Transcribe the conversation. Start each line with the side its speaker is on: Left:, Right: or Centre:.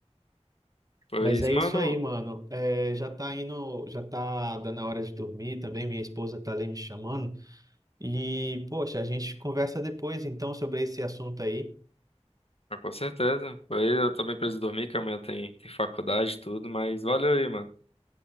Left: Pois,
Right: Mas é
Left: mano,
Right: isso aí, mano. É, já tá indo, já tá dando a hora de dormir também. Minha esposa tá ali me chamando. E, poxa, a gente conversa depois então sobre esse assunto aí.
Left: ah, com certeza. Pois eu também preciso dormir, que amanhã tem, tem faculdade e tudo, mas valeu aí, mano.